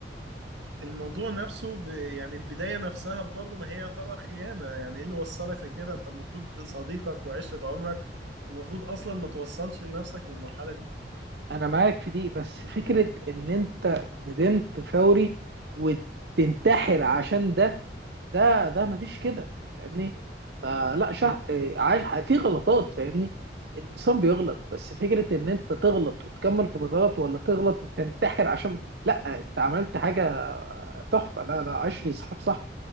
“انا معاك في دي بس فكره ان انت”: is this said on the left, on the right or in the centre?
Right